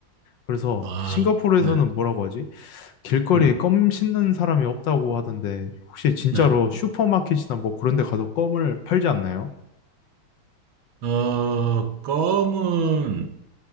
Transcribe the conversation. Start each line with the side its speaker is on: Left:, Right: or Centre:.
Left: 그래서
Right: 아,
Left: 싱가포르에서는
Right: 네,
Left: 뭐라고 하지? 길거리에
Right: 네,
Left: 껌 씻는 사람이 없다고 하던데, 혹시 진짜로
Right: 네.
Left: 슈퍼마켓이나 뭐 그런 데 가도 껌을 팔지 않나요?
Right: 어, 껌은,